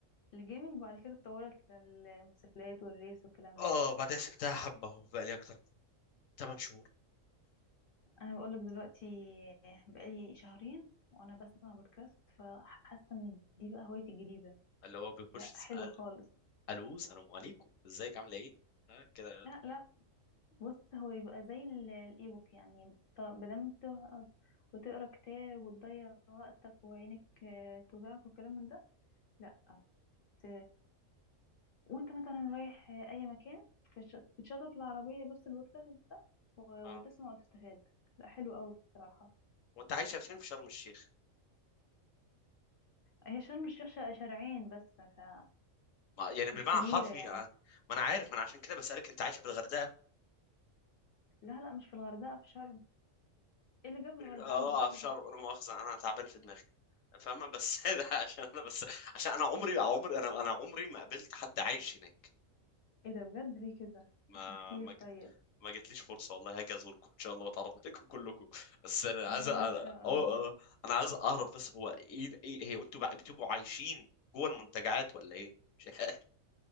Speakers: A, on the left; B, on the left.
A: الجيمنج وبعد كده اتطورت للموتوسيكلات والريس والكلام
B: اه
A: ده
B: بعدين سبتها حبه اهو بقى لي اكتر من 8 شهور
A: انا بقول لك دلوقتي بقالي شهرين وانا بسمع بودكاست فحاسه ان دي بقى هوايتي الجديده
B: اللي هو بيخش
A: لا
B: يسال
A: حلو خالص
B: الو السلام عليكم ازيك عامله ايه آه كده
A: لا لا بص هو يبقى زي ال- الايبوك يعني طب- بدل ما تقعد وتقرا كتاب وتضيع وقتك وعينك آه، توجعك وكلام من ده لا ت... وانت مثلا رايح آه، اي مكان فش... بتشغل في العربيه بس البودكاست ده و...
B: اه
A: وتسمع وتستفاد لا حلو قوي بصراحه
B: وانت عايشه فين في شرم الشيخ
A: هي شرم الشيخ شارعين بس ف
B: ما يعني بالمعنى
A: مش كبيرة
B: حرفي
A: يعني
B: آه. ما انا عارف ما انا عشان كده بسالك انت عايشه في الغردقه
A: لا لا مش في الغردقة في شرم ايه اللي جاب الغردقة
B: اه
A: عند الشرم
B: في شرم لا مؤاخذه انا تعبان في دماغي فاهمه بس <laughs> ده عشان انا بس عشان انا عمري عمري انا انا عمري ما قابلت حد عايش هناك
A: ايه ده بجد ليه كده
B: ما
A: ده احنا كتير
B: ما جت
A: طيب
B: ما جتليش فرصه والله هاجي ازوركم ان شاء الله واتعرف عليكم <laughs> كلكم بس انا عايز
A: ان
B: أ-
A: شاء
B: أو...
A: الله
B: أو- انا عايز اعرف بس هو ايه ايه هي انتوا بقى بتبقوا عايشين جوه المنتجعات ولا ايه مش <laughs> عارف